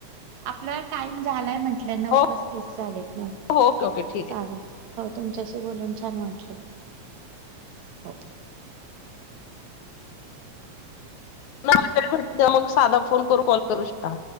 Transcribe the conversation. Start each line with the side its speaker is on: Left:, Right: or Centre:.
Right: आपला टाईम झालाय म्हण टलं नऊ
Left: हो
Right: पस्तीस झालेत नऊ
Left: हो ओके ओके ठीक
Right: चाले हो तुमच्याशी बोलून छान वाटलं. हो.
Left: <unintelligible> भट मग साधा फोन करून कॉल करू शकता.